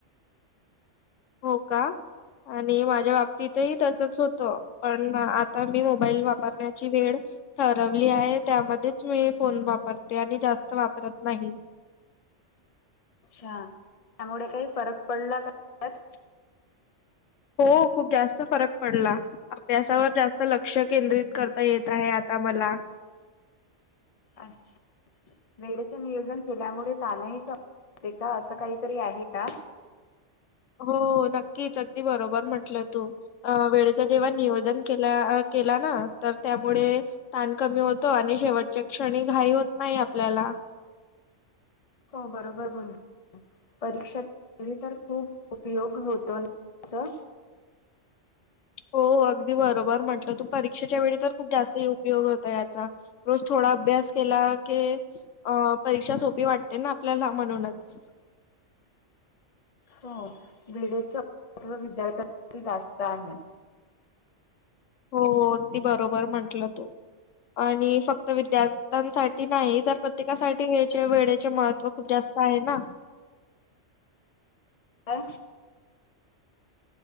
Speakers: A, on the left (about 80°); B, on the left (about 35°).
A: हो का आणि माझ्या बाबतीतही त्याचच होतं पण आता मी मोबाईल वापरण्याची वेळ ठरवली आहे त्यामध्येच मी फोन वापरते आणि जास्त वापरत नाही
B: अच्छा त्यामुळे काही फरक पडला का त्यात
A: हो खूप जास्त फरक पडला अभ्यासावर जास् लक्ष केंद्रित करता येत आहे आता मला
B: अच्छा वेडच नियोजन केल्यामुळे <unintelligible> असं काहीतरी आहे का.
A: हो नक्कीच अगदी बरोबर म्हंटलंय तू अ वेळेच जेव्हा नियोजन केल केला ना तर त्यामुळे ताण कमी होतो आणि शेवटच्या क्षणी घाई होत नाही आपल्याला.
B: हो बरोबर बोल परीक्षा इनौडिबल तर खूप उपयोग होतो इनौडिबल
A: हो अगदी बरोबर म्हटलं तू परीक्षेच्या वेळी तर खूप जास्त उपयोग होता याचा. रोज थोडा अभ्यास केला की अ परीक्षा सोपी वाटते ना आपल्याला म्हणूनच
B: हो <unintelligible> विद्यार्थ्यांसाठी जास्त आहे.
A: हो अगदी बरोबर म्हंटलं तू आणि फक्त विद्यार्थ्यांसाठी नाही तर प्रत्येकासाठी वेळेच वेळेचे महत्त्व खूप जास्त आहे ना.
B: काय